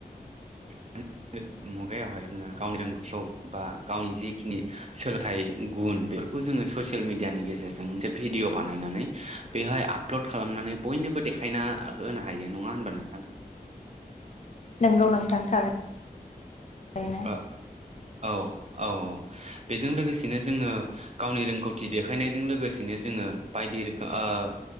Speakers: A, on the right; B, on the left.
A: <unintelligible> मुगायावहाय जोङो गावनि रोंगौथिखौ बा गावनि जिखिनि सोलोंथाइ गुन बेफोरखौ जोङो ससियेल मिडियानि गेजेरजों मोनसे भिडिअ बानायनानै बेहाय आपलड खालामनानै बयनोबो देखायना होनो हायो नङा होनबा नोंथां?
B: नोंगौ नों थारै यैनो।
A: ओ औ औ औ। बेजों लोगोसेनो जोङो गावनि रोंगौथि देखायनायजों लोगोसेनो जोङो बायदि रोखो ओ